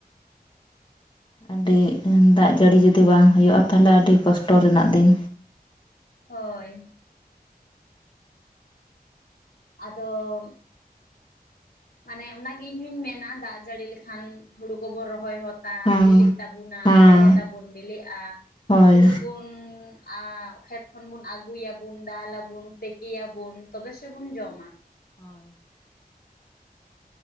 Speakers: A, on the left (about 30°); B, on the left (about 85°).
A: ᱟᱹᱰᱤ ᱫᱟᱜ ᱡᱟᱹᱲᱤ ᱡᱩᱫᱤ ᱵᱟᱝ ᱦᱩᱭᱩᱜᱼᱟ ᱛᱟᱦᱚᱞᱮ ᱟᱹᱰᱤ ᱠᱚᱥᱴᱚ ᱨᱮᱱᱟᱜ ᱫᱤᱱ,
B: ᱦᱳᱭ, ᱟᱫᱚ ᱢᱟᱱᱮ ᱚᱱᱟᱜᱮ ᱤᱧ ᱦᱚᱧ ᱢᱮᱱᱟ ᱫᱟᱜ ᱡᱟᱹᱲᱤ ᱞᱮᱠᱷᱟᱱ ᱦᱩᱲᱩ ᱠᱚᱵᱚᱱ ᱨᱚᱦᱚᱭ ᱦᱚᱛ ᱛᱟ
A: ᱦᱮᱸ
B: ᱵᱤᱞᱤᱜ ᱛᱟᱵᱚᱱᱟ
A: ᱦᱮᱸ
B: ᱦᱮᱲᱦᱮᱫ ᱟᱵᱚᱱ ᱵᱤᱞᱤᱜᱼᱟ
A: ᱦᱳᱭ
B: ᱦᱩᱲᱩ ᱵᱚᱱ ᱟᱸ ᱠᱷᱮᱛ ᱠᱷᱚᱱ ᱵᱚᱱ ᱟᱹᱜᱩᱭᱟᱵᱚᱱ ᱫᱟᱞᱟᱞᱟᱵᱚᱱ ᱛᱮᱠᱮᱭᱟᱵᱚᱱ ᱛᱚᱵᱮ ᱥᱮᱵᱚᱱ ᱡᱚᱢᱟ, ᱾
A: <inaudible>